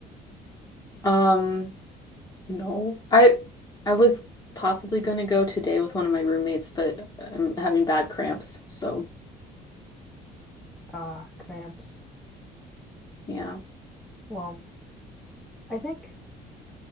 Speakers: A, on the left; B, in the centre.
A: Um, No, I I was possibly gonna go today with one of my roommates, but I'm having bad cramps, so
B: Ah, cramps.
A: yeah.
B: Well, I think